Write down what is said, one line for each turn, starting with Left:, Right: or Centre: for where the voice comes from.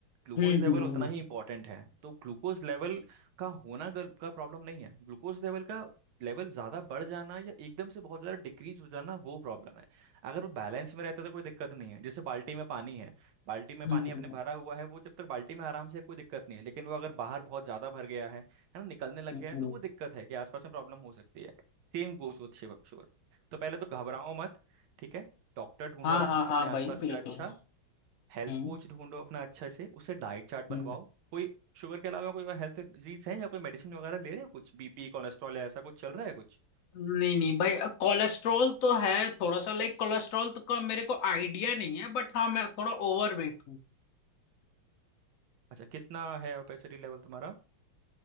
Right: ग्लूकोज
Left: हम्म
Right: लेवल
Left: हम्म हम्म
Right: उतना
Left: हम्म,
Right: ही इंपॉर्टेंट है तो ग्लूकोज लेवल का होना गल- का प्रॉब्लम नहीं है ग्लूकोज लेवल का लेवल ज्यादा बढ़ जाना या एकदम से बहुत ज्यादा डिक्रीज हो जाना वो प्रॉब्लम है अगर वो बैलेंस में रहता है तो कोई दिक्कत नहीं है जैसे बाल्टी में पानी है बाल्टी में
Left: हम्म,
Right: पानी
Left: हम्म। हम्म,
Right: आपने भरा
Left: हम्म,
Right: हुआ है वो जब तक बाल्टी में आराम से है, कोई दिक्कत नहीं है लेकिन वो अगर बाहर बहुत ज्यादा भर गया है है ना निकलने लग
Left: हम्म,
Right: गया है
Left: हम्म,
Right: तो
Left: हम्म।
Right: वो दिक्कत है कि आसपास में प्रॉब्लम हो सकती है Same goes with shiver sugar तो पहले तो घबराओ मत ठीक है डॉक्टर ढूंढो
Left: हाँ
Right: अप,
Left: हाँ हाँ
Right: अपने आसपास
Left: भाई बिल्कुल
Right: में अच्छा हेल्थ
Left: हम्म
Right: कोच ढूंढो अपना अच्छे से उससे डाइट चार्ट बनवाओ
Left: हम्म
Right: कोई शुगर के अलावा कोई और हेल्थ डिजीज है या कोई मेडिसिन वगैरह ले रहे हो कुछ बीपी कोलेस्ट्रॉल या ऐसा कुछ चल रहा है कुछ
Left: नहीं नहीं भाई कोलेस्ट्रॉल तो है थोड़ा सा लाइक कोलेस्ट्रॉल तो का मेरे को आइडिया नहीं है बट हाँ मैं थोड़ा ओवर वेट हूँ
Right: अच्छा कितना है ओपेसिटी लेवल तुम्हारा